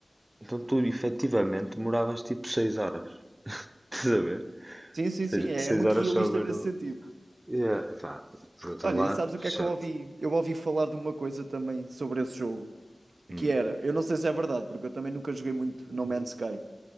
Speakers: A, on the right (about 25°); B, on the right (about 80°).
A: então tu efetivamente demoravas tipo 6 horas. <laughs> Estás a ver?
B: Sim, sim,
A: Ou
B: sim.
A: seja,
B: É, é
A: 6
B: muito
A: horas
B: realista
A: só a ver
B: nesse
A: o.
B: sentido.
A: É, pá, por outro
B: Olha,
A: lado,
B: e sabes o que é que
A: chato.
B: eu ouvi? Eu ouvi falar de uma coisa também sobre esse jogo,
A: Hum,
B: que era, eu não sei se é verdade, porque eu também nunca joguei muito No Man's Sky.